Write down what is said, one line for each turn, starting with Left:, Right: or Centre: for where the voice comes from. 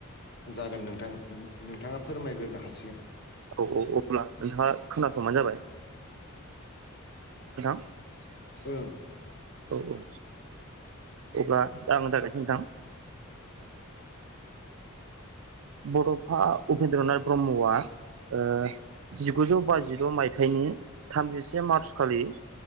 Left: जागोन नोंथां नोंथाङा फोरमायग्रोनो हासिगोन।
Right: औ- औ अब्ला नोंथाङा खोनासंबानो जाबाय <unintelligible>
Left: ओं
Right: औ - औ। अब्ला दा आंनि <unintelligible> नोंथां बड'फा उपेन्द्रनाथ ब्रह्मआ ओ जिगुजौ बाजिद' मायथाइनि थामजिसे मार्च खालि